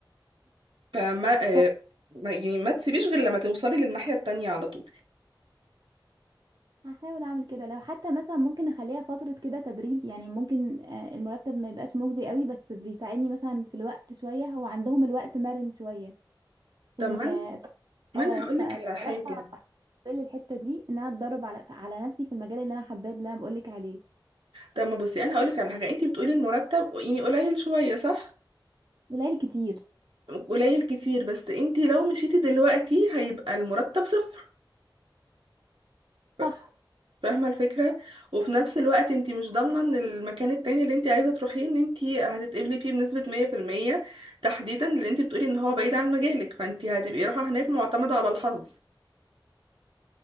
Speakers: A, on the right; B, on the right.
A: فما آه،
B: هو
A: ما يعني ما تسيبيش غير لما توصلي للناحية التانية على طول
B: هحاول اعمل كده لو حتى مثلا ممكن اخليها فترة كده تدريب يعني ممكن آه، المرتب ما يبقاش مجزي قوي بس بيساعدني مثلا في الوقت شوية هو عندهم الوقت مرن شوية في
A: طب
B: ال
A: ما انا ما
B: اه
A: انا هقولك
B: فبصراحة
A: على حاجة
B: بقبل الحتة دي ان انا اتدرب على على نفسي في المجال اللي انا حباه اللي انا بقولك عليه
A: طب ما بصي انا هقولك على حاجة انتي بتقولي المرتب يعني قليل شوية صح
B: قليل كتير
A: قليل كتير بس انتي لو مشيتي دلوقتي هيبقى المرتب صفر ف-
B: صح
A: فاهمة الفكرة وفي نفس الوقت انتي مش ضامنة ان المكان التاني اللي انتي عايزة تروحيه ان انتي هتتقبلي فيه بنسبة مية في المية تحديدا لان انتي بتقولي ان هو بعيد عن مجالك فانتي هتبقي رايحة هناك معتمدة على الحظ